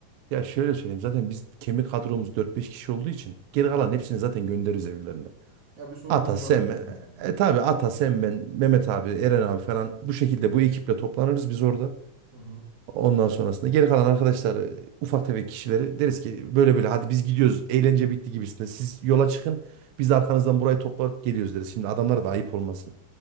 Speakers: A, on the right; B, on the right.
A: Ya şöyle söyleyeyim. Zaten biz kemik kadromuz dört beş kişi olduğu için
B: Hı
A: geri
B: hı.
A: kalan hepsini zaten göndeririz evlerine.
B: Ya bir sorun
A: Ata,
B: olmaz
A: Sem,
B: diyorsun yani.
A: e, tabii Ata, Sem, ben, Mehmet abi, Eren abi falan bu şekilde bu ekiple toplanırız biz orada.
B: Hı hı.
A: Ondan sonrasında geri kalan arkadaşlar e, ufak tefek kişileri deriz ki böyle böyle hadi biz gidiyoruz eğlence bitti gibisinde siz yola çıkın biz de arkanızdan burayı toplayıp geliyoruz deriz. Şimdi adamlara da ayıp olmasın.